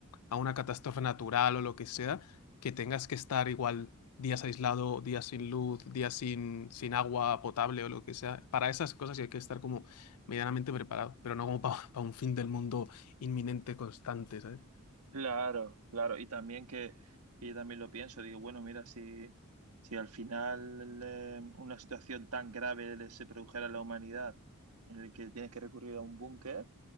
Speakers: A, on the left (about 85°); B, on the right (about 85°).
A: a una catástrofe natural o lo que sea que tengas que estar igual días aislado, días sin luz, días sin, sin agua potable o lo que sea. Para esas cosas sí hay que estar como medianamente preparado, pero no como para <laughs> un fin del mundo inminente, constante, ¿sabes?
B: claro, claro. Y también que, que yo también lo pienso, digo, bueno, mira, si, si al final eh, una situación tan grave le- se produjera a la humanidad en el que tienes que recurrir a un búnker,